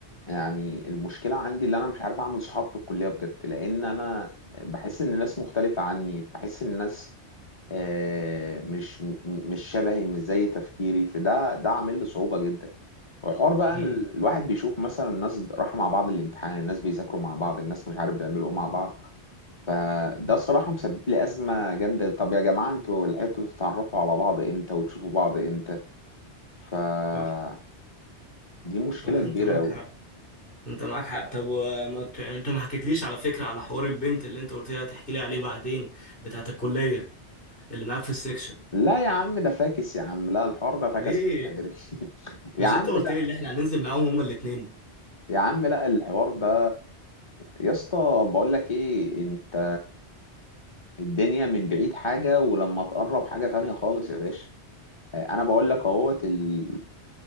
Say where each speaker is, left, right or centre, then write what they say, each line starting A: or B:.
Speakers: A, on the left; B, on the left.
A: يعني المشكله عندي اللي انا مش عارف اعمل صحاب في الكليه بجد لان انا بحس ان الناس مختلفه عني بحس ان الناس آه، مش مش شبهي مش زي تفكيري فده ده عامل لي صعوبه جدا والحوار بقى
B: امم
A: إن الواحد بيشوف مثلا الناس راحوا مع بعض الامتحان الناس بيذاكروا مع بعض الناس مش عارف بيعملوا ايه مع بعض فده صراحة مسبب لي أزمة جامدة طب يا جماعة انتوا لحقتوا تتعرفوا على بعض امتى وتشوفوا بعض امتى فدي
B: صح
A: مشكلة
B: صح
A: كبيرة
B: انت معاك
A: أوي
B: حق انت معاك حق طب وما ت... انت ما حكيتليش على فكره على حوار البنت اللي انت قلت لي هتحكي لي عليه بعدين بتاعت الكليه اللي معاك في السكشن
A: لا يا عم ده فاكس يا عم لا الحوار ده فاكس
B: ليه
A: من بدري <laughs> يا
B: مش
A: عم
B: انت قلت
A: لا
B: لي ان احنا هننزل معاهم هما الاثنين
A: يا عم لا الحوار ده يا اسطى بقول لك ايه انت الدنيا من بعيد حاجة ولما تقرب حاجة تانية خالص يا باشا انا بقول لك اهوت ال...